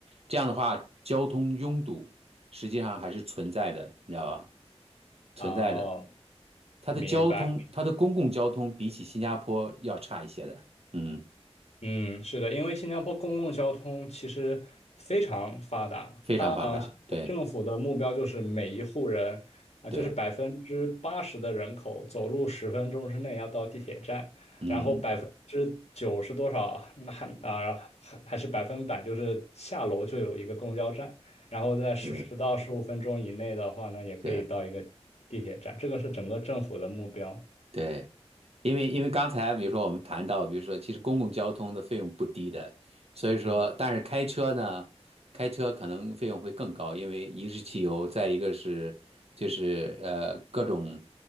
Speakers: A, on the right; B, on the left.
A: 这样的话，交通拥堵实际上还是存在的，你知道吧？存在的，
B: 哦，
A: 它的交通，
B: 明白。
A: 它的公共交通比起新加坡要差一些的。嗯，
B: 嗯，是的，因为新加坡公共交通其实非常发达，
A: 非常发达。
B: 它啊，呃新加坡政府的目标就是每一户人啊，
A: 对对，
B: 就是百分之八十的人口走路十分钟之内要到地铁站，
A: 嗯
B: 然后百分之九十多少，那还啊还还是百分百，就是下楼就有一个公交站，然后在十十到十五分钟以内的话呢，
A: 嗯，
B: 也可以到一个地铁站，
A: 对。
B: 这个是整个政府的目标。
A: 对，因为因为刚才比如说我们谈到，比如说其实公共交通的费用不低的，所以说但是开车呢，
B: 嗯
A: 开车可能费用会更高，因为一是汽油，再一个是就是呃各种